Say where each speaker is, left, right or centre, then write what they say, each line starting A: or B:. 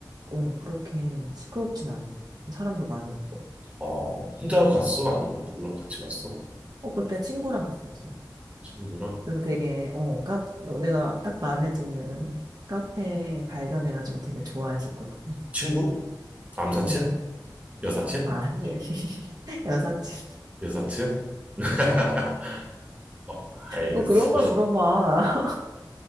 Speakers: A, on the right (about 60°); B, on the right (about 20°).
A: 어, 그렇게 시끄럽진 않았어. 사람도 많이 있고.
B: 어, 혼자 갔어? 아니면 누구랑 같이 갔어?
A: 어, 그때 친구랑 갔었어.
B: 친구랑?
A: 그래서 되게, 어, 카, 어, 내가 딱 마음에 드는 카페 발견해가지고 되게 좋아했었거든.
B: 친구? 남사친?
A: 응.
B: 여사친?
A: 아니, <laughs> 여사친.
B: 여사친? <laughs>
A: 응.
B: 어, 알겠어.
A: 뭐 그런 걸 물어봐. <laughs>